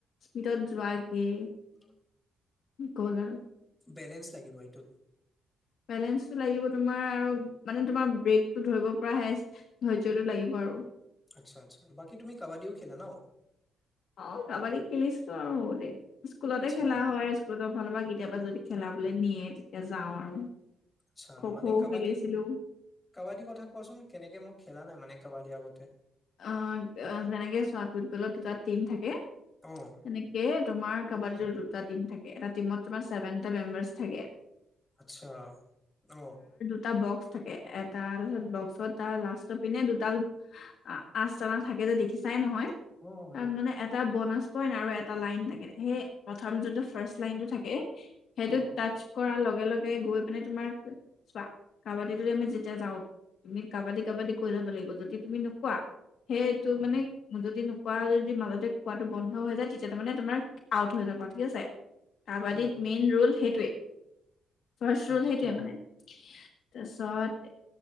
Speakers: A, on the left (about 65°); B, on the left (about 20°).
A: স্পিডত যোৱাাকে
B: <unintelligible>
A: গল আৰু
B: বেলেঞ্চ লাগিব এইটোত
A: বেলেঞ্চটো লাগিব তোমাৰ আৰু মানে তোমাৰ ব্ৰেকটো ধৰিব পৰা হে ধৈৰ্যটো লাগিব আৰু
B: আচ্ছা আচ্ছা বাকী তুমি কাবাডীও খেলা ন
A: অ কাবাদি খেলিছো আৰু হ'ব দে স্কুলতে
B: আচ্ছা,
A: খেলা হয় স্কুলতৰ ফালৰ পৰা কেতিয়াবা যদি খেলাাবলৈ নিয়ে তেতিয়া যাওঁ আৰু
B: আচ্ছা
A: খো
B: মানে
A: খো
B: কাবাডীত
A: খেলিছিলো
B: কাবাডীৰ কথা কোৱাচোন কেনেকে মই খেলা নাই মানে কাবাদি আগতে
A: অ যেনেকে চোৱা ফুটবলত দুটা টিম থাকে
B: অ',
A: তেনেকে তোমাৰ কাবাডীৰ দুটা টিম থাকে এটা টিমত তোমাৰ ছেভেন টা মেম্বাৰছ থাকে
B: আচ্ছা অ
A: তটা বক্স থাকে এ তাৰপিছত বক্সত দুটা লাষ্টৰ পিনে দুডাল অ আচ তালা থাকে যে দেখিছে চাই নহয়
B: অ',
A: তাত
B: দেখিছোঁ।
A: মানে এটা বনাছ কই ন আৰু এটা লাইন থাকে সেই প্ৰথমটোতো ফাৰ্ষ্ট লাইন টো থাকে হেইটো
B: অ',
A: টাছ কৰা লগে লগে গৈ মানে তোমাৰ চ কাবাডী আমি যেতিয়া যাও তুমি কাবাডী কাবাডী কৈ যাব লাগিব যদি তুমি কুৱা সেইটো
B: অ',
A: মানে যদি ন কোৱা যদি মাজতে কোৱাটো বন্ধ হৈ যায় তেতিয়া তাৰ মানে তোমাৰ আউট হৈ যাবা ঠিক আছে কাবাডীত
B: অ',
A: মেইন ৰোল সেইটোয়ে ফাৰ্ষ্ট ৰোল
B: আচ্ছা
A: সেইটোয়ে মানে তাৰপিছত